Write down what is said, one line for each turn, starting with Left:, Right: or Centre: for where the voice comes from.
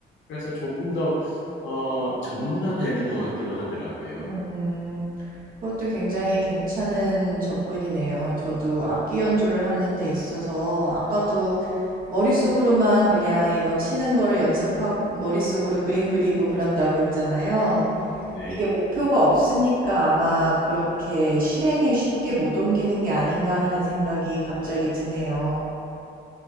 Left: 그래서 조금 더, 어, 전문화되는 것 같기도 하더라고요.
Right: 음, 그것도 굉장히 괜찮은 접근이네요. 저도 악기 연주를 하는 데 있어서 아까도 머릿속으로만 그냥 이거 치는 거를 연습하고 머릿속으로 그림 그리고 그런다고 했잖아요.
Left: 네.
Right: 이게 목표가 없으니까 아마 그렇게 실행에 쉽게 못 옮기는 게 아닌가 하는 생각이 갑자기 드네요.